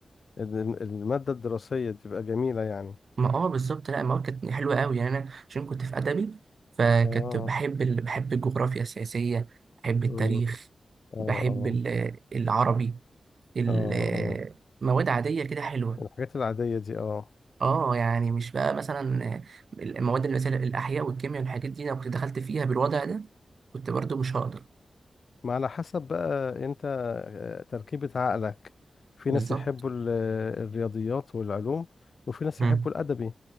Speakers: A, on the left; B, on the right.
A: ال- المادة الدراسية تبقى جميلة يعني
B: ما اه بالظبط لا المواد كانت حلوه قوي يعني انا عشان كنت في ادبي فكنت
A: اه
B: بحب ال... بحب الجغرافيا السياسيه بحب التاريخ
A: أمم، اه اه
B: بحب ال... العربي ال-
A: اه اه
B: مواد عاديه كده حلوه
A: الحاجات العادية دي اه
B: اه يعني مش بقى مثلا آه، المواد اللي مثلا الاحياء والكيمياء والحاجات دي لو كنت دخلت فيها بالوضع ده كنت برضو مش هقدر
A: ما على حسب بقى انت آه، تركيبة عقلك في
B: بالظبط
A: ناس يحبوا ال- الرياضيات والعلوم وفي ناس
B: مم.
A: يحبوا الأدبي